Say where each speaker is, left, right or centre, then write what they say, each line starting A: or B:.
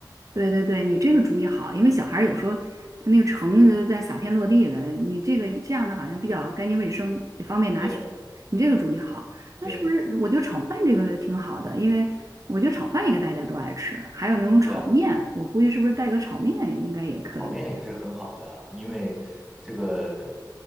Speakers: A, on the right (about 45°); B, in the centre.
A: 对对对，你这个主意好，因为小孩儿有时候他那个盛的在撒天落地的，你这个这样的好像比较干净卫生，也方便拿取。
B: 对
A: 你这个主意好，那是不是我觉得炒饭这个挺好的？
B: 对，
A: 因为我觉得炒饭应该大家都爱吃，还有那种炒面，
B: 是啊。
A: 我估计是不是带个炒面应该也可以。
B: 炒面也是很好的啊，因为这个